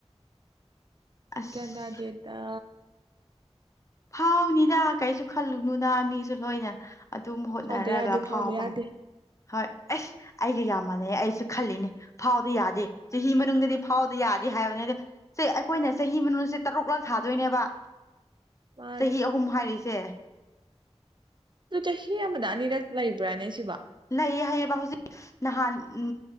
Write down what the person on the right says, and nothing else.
ꯀꯗꯥꯗꯦꯗ
ꯐꯥꯎꯗ ꯌꯥꯗꯦ
ꯐꯥꯎꯗ ꯌꯥꯗꯦ
ꯃꯥꯅꯦ
ꯑꯗꯨ ꯆꯍꯤ ꯑꯃꯗ ꯑꯅꯤꯔꯛ ꯂꯩꯕ꯭ꯔꯥꯅꯦ ꯁꯤꯕꯣ